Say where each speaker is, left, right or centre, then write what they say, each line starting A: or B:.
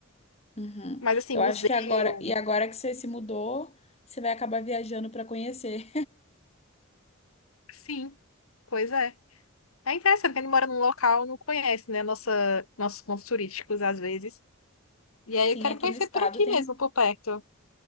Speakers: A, on the left (about 30°); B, on the left (about 85°).
A: Uhum.
B: mas assim,
A: Eu
B: museu,
A: acho que agora, e agora que você se mudou, você vai acabar viajando para conhecer.
B: sim, pois é. É interessante que a gente mora num local, não conhece, né, nossa, nossos pontos turísticos às vezes.
A: <laughs>
B: E aí
A: Sim,
B: eu quero
A: aqui
B: conhecer
A: no estado
B: por aqui
A: tem,
B: mesmo, por perto.